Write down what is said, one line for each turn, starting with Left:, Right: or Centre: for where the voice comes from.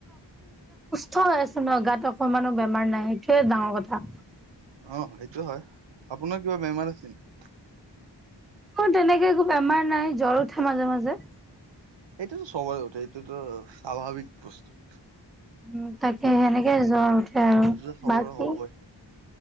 Centre: চাই আছো ন গাত অকণমানো বেমাৰ নাই সেইটোয়ে ডাঙৰ কথা।
Right: অ সেইটো হয় আপোনাৰ কিবা বেমাৰ আছে নেকি।
Centre: অ তেনেকে একো বেমাৰ নাই জ্বৰ উঠে মাজে মাজে।
Right: এইটোাতো সবৰে উঠে এইটোতো স্বাভাৱিক প্ৰশ্ন।
Centre: উ তাকে সেনেকে জ্বৰ উঠে আৰু
Right: এইটোতো চবৰে
Centre: বাকী।
Right: হ'বই